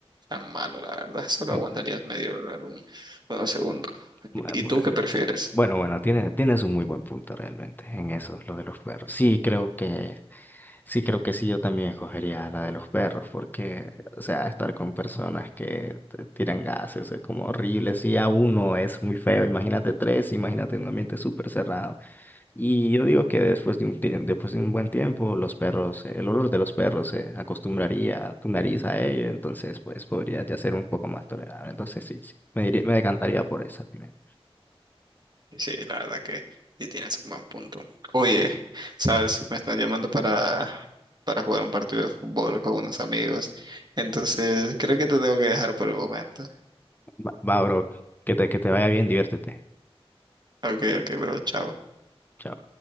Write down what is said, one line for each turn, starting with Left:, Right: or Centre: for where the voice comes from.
Right: tan malo, la verdad. Solo
Left: Mm,
Right: aguantarías medio lugar, un- unos segundos.
Left: bu-
Right: ¿Y
Left: bu-
Right: tú qué prefieres?
Left: Bueno, bueno, tienes, tienes un muy buen punto realmente en eso, lo de los perros. Sí, creo que Sí, creo que sí, yo también escogería la de los perros, porque, o sea, estar con personas que te tiran gases es como horrible. Si a uno es muy feo, imagínate tres, imagínate un ambiente súper cerrado. Y yo digo que después de un, tie- después de un buen tiempo, los perros, eh, el olor de los perros se acostumbraría tu nariz a ello, entonces, pues, podría ya ser un poco más tolerable. Entonces, sí, sí, me diría- me decantaría por esa. dime.
Right: Sí, la verdad que sí tienes un buen punto. Oye, sabes, me están llamando para, para jugar un partido de fútbol con unos amigos. Entonces creo que te tengo que dejar por el momento.
Left: Va, va, bro, que te, que te vaya bien, diviértete.
Right: Ok, ok, bro, chao.
Left: Chao.